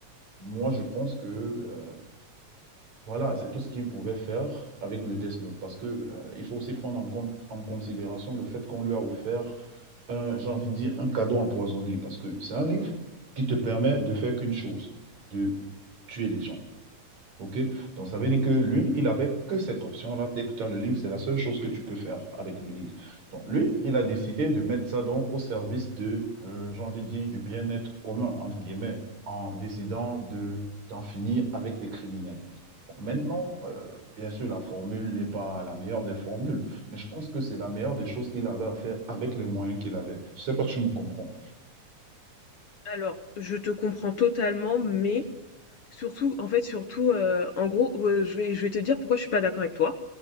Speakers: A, on the right; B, on the left.
A: Moi, je pense que euh, voilà, c'est tout ce qu'il pouvait faire avec le Death Note, parce que euh, il faut aussi prendre en compte, en considération le fait qu'on lui a offert un, j'ai envie de dire, un cadeau empoisonné, parce que c'est un livre qui te permet de faire qu'une chose, de tuer les gens. OK? Donc, ça veut dire que lui, il avait que cette option-là. Dès que tu as le livre, c'est la seule chose que tu peux faire avec le livre. Donc, lui, il a décidé de mettre ça donc au service de, euh, j'ai envie de dire, du bien-être commun, entre guillemets, en décidant de, d'en finir avec les criminels. Bon, maintenant, euh, bien sûr, la formule n'est pas la meilleure des formules, mais je pense que c'est la meilleure des choses qu'il avait à faire avec les moyens qu'il avait. Je ne sais pas si tu me comprends.
B: Alors, je te comprends totalement, mais surtout en fait, surtout, heu, en gros, heu, je vais je vais te dire pourquoi je suis pas d'accord avec toi.